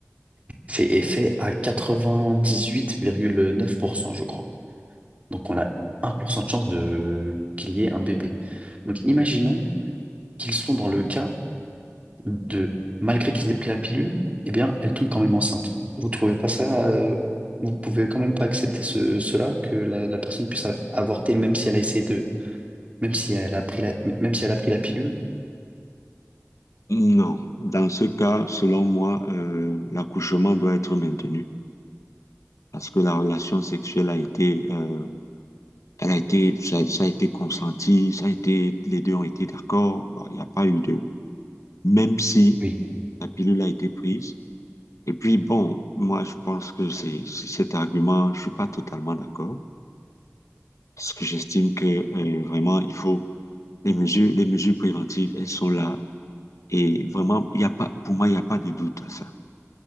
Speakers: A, on the right; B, on the left.
A: fait effet à 98,9%, je crois. Donc on a 1% de chance de qu'il y ait un bébé. Donc imaginons qu'ils sont dans le cas de, malgré qu'ils aient pris la pilule, eh bien, elle tombe quand même enceinte. Vous trouvez pas ça, euh, vous pouvez quand même pas accepter ce, cela, que la, la personne puisse a- avorter, même si elle a essayé de, même si elle a pris la, même si elle a pris la pilule.
B: Non, dans ce cas, selon moi, euh, l'accouchement doit être maintenu parce que la relation sexuelle a été, euh, elle a été, ça, ça a été consenti, ça a été, les deux ont été d'accord. Bon, Il n'y a pas eu de, même si
A: Oui.
B: la pilule a été prise. Et puis bon, moi je pense que c'est c'est cet argument, je suis pas totalement d'accord parce que j'estime que euh, vraiment il faut les mesures, les mesures préventives, elles sont là et vraiment il y a pas, pour moi il n'y a pas de doute à ça.